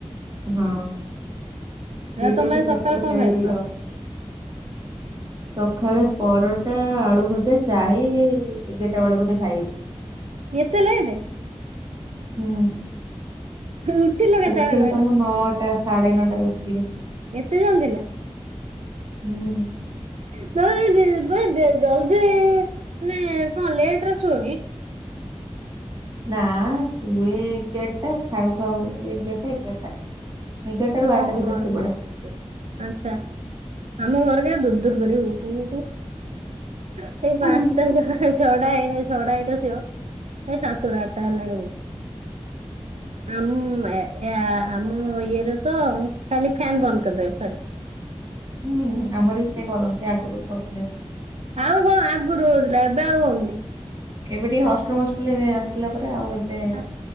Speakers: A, on the right (about 35°); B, on the right (about 80°).
A: ହଁ। ଦଟରୁ
B: ଆଉ ତମେ
A: ତିନିଟା
B: ସକାଳୁ
A: ଭିତାର
B: କଣ
A: ଖାଇବା
B: ଖାଇଥିଲ
A: ପିଇବା ଆଉ ସକାଳେ ପରଟା ଆଳୁ ଭଜା ଚାହି ଏଗାରଟା ବେଳେ ବୋଧେ ଖାଇଲି।
B: ଏତେ ଲେଟ
A: ହୁଁ,
B: ଉଠିଲ କେତେବେଳେ
A: ଉଠିଲି
B: କହିଲ
A: ତ ମୁଁ ନଅଟା ସାଡେ ନଅଟାରେ ଉଠିଲି।
B: ଏତେ ଜଲଦି ନା?
A: ହୁଁ।
B: <inaudible> ଜଲଦି ମାନେ କଣ ଲେଟ୍ ରେ ଶୁଅ କି?
A: ନା ଶୁଏ ଏଗାର ଟା, ଖାଉ ଖାଉ ସେ ଏଗାରଟା ଏଗାରଟା। ଏଗାରଟା ରୁ ବାରଟା
B: ଓହୋ
A: ଭିତରେ
B: ଆଚ୍ଛା
A: ଶୁଇପଡ଼େ।
B: ଆଚ୍ଛା, ଆମ ଘର ଯା ଦୁର୍ ଦୁର୍ କରିବେ ଉଠୁ ଉଠୁ। ସେଇ
A: ହୁଁ
B: ପାନ୍ସଟା ଛଅଟା ହେଇନ ଛଅଟା ହେଇନଥିବ, ଏ ସାତଟା ଆଟା ହେଲାଣି ଉଠୁ। ଆମ୍ ଏ, ଏ, ଆ, ଆମ ଇଏର ତ ଖାଲି ଫ୍ୟନ୍ ବନ୍ଦ କରିଦେବେ ସରଲା।
A: ହୁଁ, ହଁ, ଆମର ବି ସେ କରନ୍ତି ଆଗରୁ କରୁଥିଲେ।
B: ଆଉ ହଁ ଆଗୁରୁ ହଉଥିଲା ଏବେ ଆଉ ହଉନି।
A: ଏବେ ଟିକେ ହଷ୍ଟଲ୍ ମଷ୍ଟେଲ୍ ରେ ଆସିଲା ପରେ ତ ଆଉ ଏବେ
B: ଆ